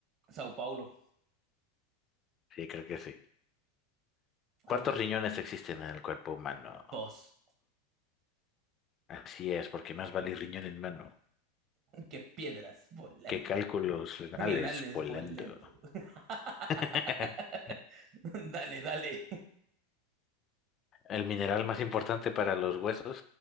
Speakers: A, on the right (about 50°); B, on the left (about 35°).
A: Sao Paulo,
B: Sí, creo que sí. ¿Cuántos
A: a huevo.
B: riñones existen en el cuerpo humano?
A: Dos.
B: Así es, porque más vale riñón en mano
A: Qué piedras volando.
B: que cálculos renales
A: Renales
B: volando.
A: volando. <laughs>
B: <laughs>
A: Dale, dale.
B: ¿El mineral más importante para los huesos?